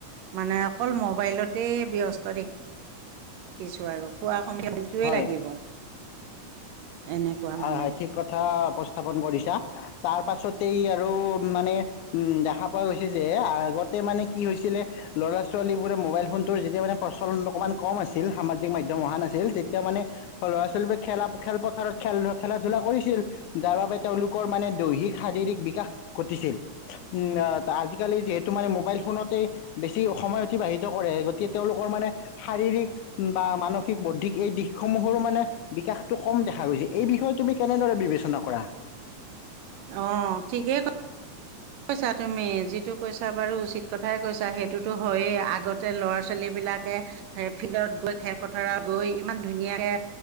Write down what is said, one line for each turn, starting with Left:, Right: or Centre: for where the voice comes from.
Right: মানে অকল মোবাইলতে ব্যস্ত দেখিছো আৰু খোৱা সমীৰ সেটোৱেই
Left: হয়
Right: লাগিব এনেকুৱা
Left: হয়
Right: মানে
Left: হয় ঠিক কথা উপস্থাপন কৰিছা তাৰ পাছতেই আৰু মানে উ দেখা পোৱা গৈছে যে আগতে মানে কি হৈছিলে ল'ৰা ছোৱালীবোৰে মোবাইল ফোনটোৰ যেতিয়া মানে প্ৰচলন অকণমান কম আছিল সামাজিক মাধ্যমত অহা নাছিল তেতিয়া মানে ল'ৰা ছোৱালীবো খেলা খেলপথাৰত খেল খেলা ধূলা কৰিছিল যাৰ বাবে তেওঁলোকৰ মানে দৈহিক শাৰীৰিক বিকাশ ঘটিছিল উম আজিকালি যিহেতু তোমাৰ এই মোবাইল ফোনতেই বেছি সময় অতিবাহিত কৰে গতিকে তেওঁলোকৰ মানে শাৰীৰিক বা মানসিক বৌদ্ধিক এই দিশসমূহৰো মানে বিকাশতটো কম দেখা গৈছে এই বিষয়ে তুমি কেনেদৰে বিবেচনা কৰা
Right: অ ঠিকেই কৈ কৈছা তুমি যিটো কৈছা বাৰু উচিত কথাই কৈছা সেইটোতো হয়েই আগতে ল'ৰা ছোৱালী বিলাকে ফিল্ডত গৈ খে পথাৰত গৈ ইমান ধুনীয়াকে